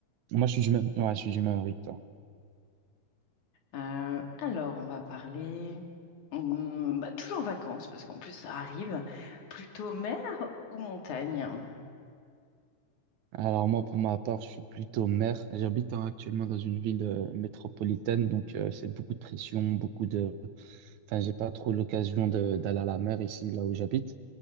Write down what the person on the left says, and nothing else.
Euh, alors, on va parler hum, bah, toujours en vacances, parce qu'en plus, ça arrive. Plutôt mer ou montagne?